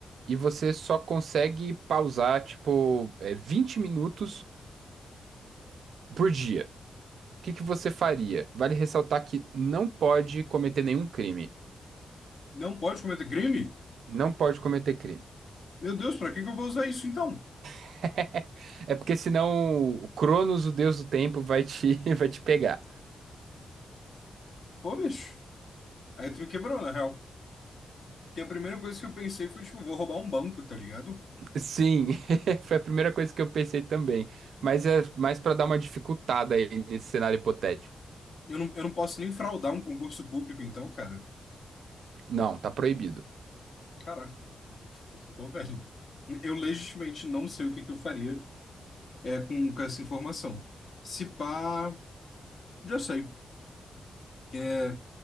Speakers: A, on the right; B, on the left.
A: e você só consegue pausar, tipo, é, 20 minutos por dia. O que que você faria? Vale ressaltar que não pode cometer nenhum crime.
B: Não pode cometer crime?
A: Não pode cometer crime.
B: Meu Deus, pra que que eu vou usar isso então?
A: <laughs> É porque senão o Cronos, o deus do tempo, vai te, <laughs> vai te pegar.
B: Pô, bicho. Aí tu me quebrou, na real. Porque a primeira coisa que eu pensei foi, tipo, vou roubar um banco, tá ligado?
A: Sim, <laughs> foi a primeira coisa que eu pensei também. Mas é mais para dar uma dificultada aí nesse cenário hipotético.
B: Eu não, eu não posso nem fraudar um concurso público, então, cara.
A: Não, tá proibido.
B: Caraca, pô, velho. Eu legitimamente não sei o que que eu faria é, com, com essa informação. Se pá, já sei. É,